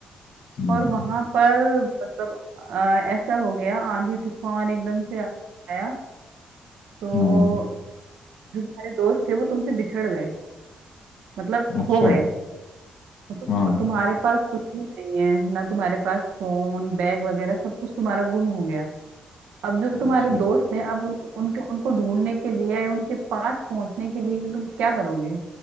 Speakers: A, on the left; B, on the right.
A: हम्म,
B: और वहां पर मतलब अ, ऐसा हो गया आंधी तूफान एकदम से आया तो
A: हाँ
B: जो तुम्हारे दोस्त थे वो तुमसे बिछड़ गए मतलब
A: अच्छा
B: खो गए और तुम
A: हाँ
B: और तुम्हारे पास कुछ भी नहीं है ना तुम्हारे पास फोन बैग वगैरह सब कुछ तुम्हारा गुम हो गया अब जो तुम्हारे
A: अच्छा
B: दोस्त हैं अब उन, उनके उनको ढूंढने के लिए या उनके पास पहुंचने के लिए कि तुम क्या करोगे